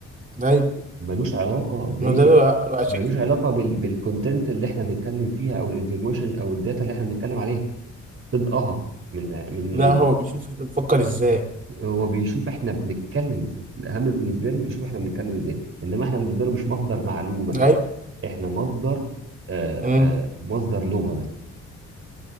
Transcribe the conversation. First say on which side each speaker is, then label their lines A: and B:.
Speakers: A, on the right; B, on the right.
A: ايوه
B: ملوش علاقه ب
A: ما ده بقى- عشان
B: ملوش
A: كده
B: علاقه بال... بالكونتنت اللي احنا بنتكلم فيها او الانفورميشن او الداتا اللي احنا بنتكلم عليها تضقها من من
A: لا
B: من
A: هو بيشوف بيفكر ازاي
B: هو بيشوف احنا بنتكلم ازاي الاهم بالنسبه له يشوف احنا بنتكلم ازاي انما احنا بالنسبه له مش مصدر معلومه
A: ايوه
B: احنا مصدر آه
A: امم
B: آه مصدر لغه بس